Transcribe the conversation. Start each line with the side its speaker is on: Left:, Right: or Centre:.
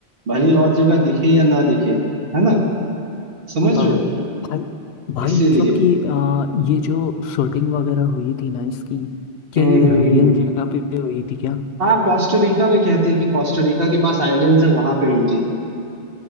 Right: भले ही और जगह दिखे या ना दिखे है ना समझ
Left: हाँ
Right: रहे हो
Left: भाई भाई
Right: इसीलिए
Left: मतलब कि आ, ये जो शूटिंग वगैरह हुई थी ना इसकी क्या
Right: हम्म
Left: ये
Right: हम्म
Left: रियल
Right: हम्म
Left: जगह पे हुई थी क्या
Right: हाँ कोस्टा रिका में कहते हैं कि कोस्टा रिका के पास आइलैंड्स है वहां पे हुई थी